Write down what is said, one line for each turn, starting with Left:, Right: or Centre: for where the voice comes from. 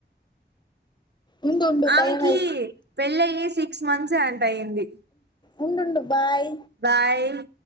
Left: ఉండు ఉండు
Right: ఆమెకి
Left: టైం అయి
Right: పెళ్ళి అయ్యి సిక్స్ మంత్సే అంట అయింది
Left: ఉండుండు బాయ్
Right: బాయ్